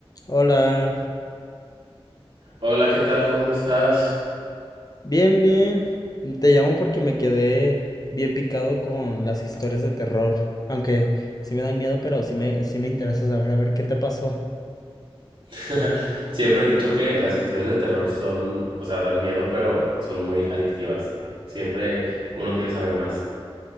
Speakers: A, on the left; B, on the right.
A: Hola,
B: Hola, ¿qué tal? ¿Cómo estás?
A: bien, bien. Te llamo porque me quedé bien picado con las historias de terror. Aunque sí me dan miedo, pero sí me, sí me interesa saber a ver qué te pasó.
B: <laughs> Siempre he dicho que las historias de terror son, o sea, dan miedo, pero son muy adictivas. Siempre uno quiere saber más.